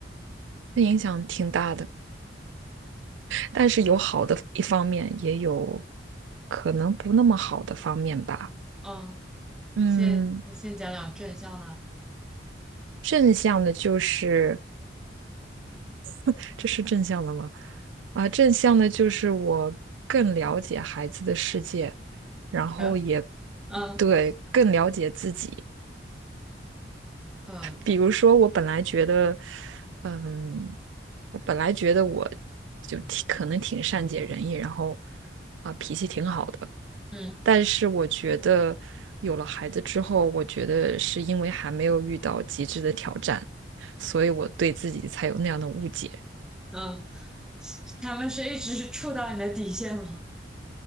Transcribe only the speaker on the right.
这影响挺大的，但是有好的一方面，也有可能不那么好的方面吧。
嗯，
正向的就是，<laughs> 这是正向的吗？啊，正向的就是我更了解孩子的世界，然后也
对更了解自己。
比如说，我本来觉得，嗯，我本来觉得我就挺可能挺善解人意，然后啊、脾气挺好的。
但是我觉得有了孩子之后，我觉得是因为还没有遇到极致的挑战，所以我对自己才有那样的误解。